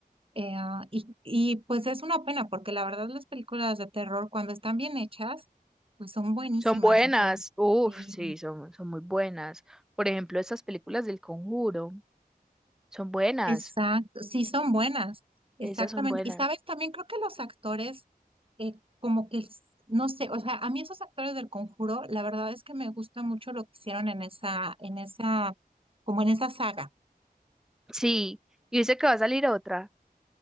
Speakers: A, on the right (about 35°); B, in the centre.
A: eh, ah, y, y pues es una pena porque la verdad las películas de terror cuando están bien hechas, pues son buenísimas.
B: Son buenas,
A: O sea,
B: uff,
A: sí.
B: sí, son, son muy buenas. Por ejemplo, esas películas del Conjuro, son buenas,
A: Exacto, sí son buenas, exactamente.
B: esas son buenas.
A: Y sabes, también creo que los actores, eh, como que, s- no sé, o sea, a mí esos actores del Conjuro, la verdad es que me gusta mucho lo que hicieron en esa, en esa, como en esa saga.
B: Sí, y dice que va a salir otra